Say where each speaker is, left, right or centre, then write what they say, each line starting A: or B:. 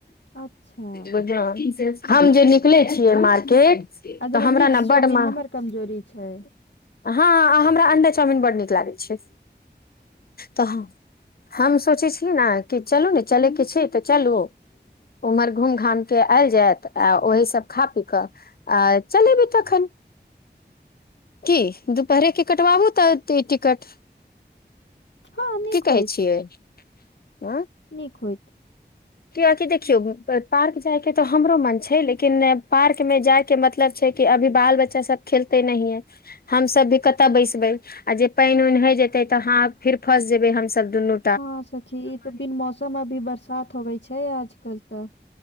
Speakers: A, on the left; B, on the left.
A: अच्छा
B: बझले हम जे निकले छियै मार्केट
A: आ जेना
B: तऽ हमरा
A: मिक्स
B: ने
A: चाउमिन
B: बड़ म
A: हमर कमजोरी छै
B: ह हमरा अंडा चाउमिन बड् नीक लागैत छै तऽ हम सोचै छिय ने चलू ने चल किछ तऽ चलू उमर घुम घा के आयल जायत आ ओह सभ खा पी कऽ आ चलेबी तखन कि दुपहरे के कटबाबू तऽ ई टिकट
A: हँ नीक
B: कि
A: होइत
B: कहै छियै आ
A: नीक होइत।
B: कऽ अकि देखियौ पार्क जाय के तऽ हमरो मन छै लेकिन पार्क मे जाय के मतलब छै कि अभी बाल बच्चा सभ खेलते नह है हम सभ भी कतय बैसबे आ जे पानि उान हय जेते तऽ हा फेर फस जेबे हमस दुनू
A: ह सखी ई तो बिन मौसम अभी बरसात होवे छै आजकल तऽ